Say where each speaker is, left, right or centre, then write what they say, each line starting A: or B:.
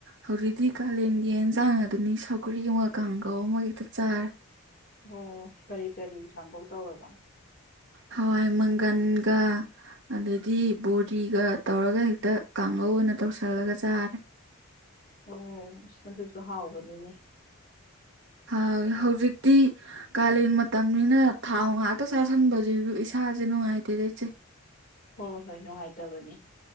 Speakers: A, on the right; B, on the left.
A: ꯍꯧꯖꯤꯛꯇꯤ ꯀꯥꯂꯦꯟꯒꯤ ꯌꯦꯟꯖꯥꯡ ꯑꯗꯨꯅꯤ ꯁꯧꯒ꯭ꯔꯤ ꯑꯃ ꯀꯥꯡꯒꯧ ꯑꯃ ꯍꯦꯛꯇ ꯆꯥꯔꯦ
B: ꯑꯣ ꯀꯔꯤ ꯀꯔꯤ ꯀꯥꯡꯒꯧ ꯇꯧꯔꯕ
A: ꯍꯋꯥꯏ ꯃꯪꯒꯟꯒ ꯑꯗꯩꯗꯤ ꯕꯣꯔꯤꯒ ꯇꯧꯔꯒ ꯍꯦꯛꯇ ꯀꯥꯡꯍꯧ ꯑꯣꯏꯅ ꯇꯧꯁꯜꯂꯒ ꯆꯥꯔꯦ
B: ꯑꯣ ꯑꯁ ꯑꯗꯨꯁꯨ ꯍꯥꯎꯕꯅꯤꯅꯦ
A: ꯍꯥꯎꯏ ꯍꯧꯖꯤꯛꯇꯤ ꯀꯥꯂꯦꯟ ꯃꯇꯝꯅꯤꯅ ꯊꯥꯎ ꯉꯥꯛꯇ ꯆꯥꯁꯤꯟꯕꯁꯤꯁꯨ ꯏꯁꯥꯁꯦ ꯅꯨꯡꯉꯥꯏꯇꯦꯗ ꯏꯆꯦ
B: ꯍꯣꯏ ꯍꯣꯏ ꯅꯨꯡꯉꯥꯏꯇꯕꯅꯦ